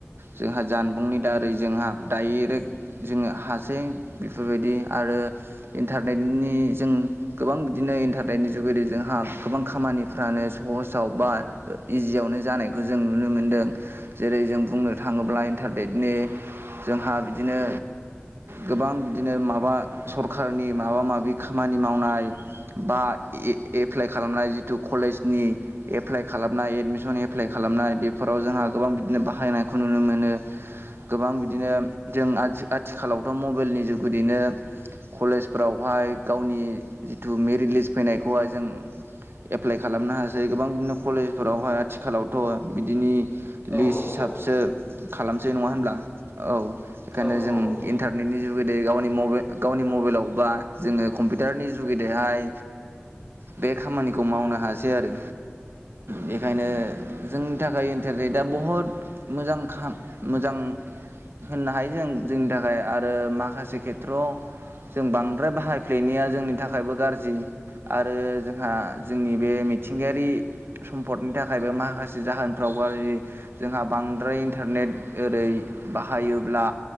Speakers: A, on the right (about 70°); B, in the centre.
A: जोंहा जानबुंनि दारै जोंहा डायरेक्ट जोङो हासै बेफोरबायदि आरो इन्टारनेटनि जों गोबां बिदिनो इन्टारनेटनि जुगेदि जोंहा गोबां खामानि फानो सहसाव बा इजियावनो जानायखौ जों नुनो मोनदों जेरै जों बुंनो था थाङोब्ला इन्टारनेटनि जोंहा बिदिनो गोबां बिदिनो माबा सरखारनि माबा माबि खामानि माव नाइ बा ए एप्लाय खालामनाय जिथु कलेजनि एप्लाइ खालामनाय एडमिसन एप्लाइ खालामनाय बेफोराव जोंहा गोबां बिदिनो बाहायनायखौ नुनो मोन नो। गोबां बिदिनो जों आथि-आथिखालावथ' मबाइलनि जुगदैनो कलेजफ्रावहाय गावनि जिथु मेरिट लिस्ट फैनायखौहाय जों एप्लाइ खालामनो हासै गोबां बिदिनो कलेजफोरावहाय आथिखालावथ' बिदिनि
B: औ
A: लिस्ट
B: नंगौ
A: हिसाबसो
B: नोंथां
A: खालामसै नङा होनब्ला औ बेखायनो
B: औ
A: जों
B: औ
A: इन्टारनेटनि जु गेदे गाव गावनि मबाइलाव बा जोङो कम्पिउटारनि जुगेदेहाय बे खामानिखौ मावनो हासै आरो बेखायनो जोंनि थाखाय इन्टारनेटआ बुहुत मोजां खाम मोजां होननो हायो जों जोंनि थाखाय आरो माखासे खेथ्रआव जों बांद्राय बाहायफ्लेनाया जोंनि थाखायबो गाज्रि आरो जोंहा जोंनि बे मिथिंगायारि सम्पदनि थाखायबो माखासे जाहोनफ्राव गाज्रि जोंहा बांसिन बांद्राय इन्टारनेट ओरै बाहायोब्ला